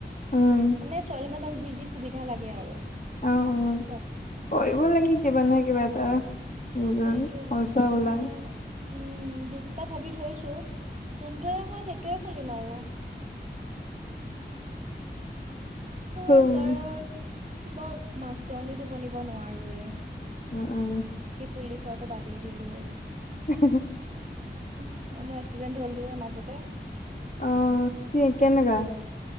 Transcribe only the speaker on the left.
উম,
অ', অ',
কৰিব লাগে কিবা নহয় কিবা এটা নিজৰ
খৰচা
ওলায়।
উম।
উম, উম।
<inaudible>
অহ'কি কেনেকা?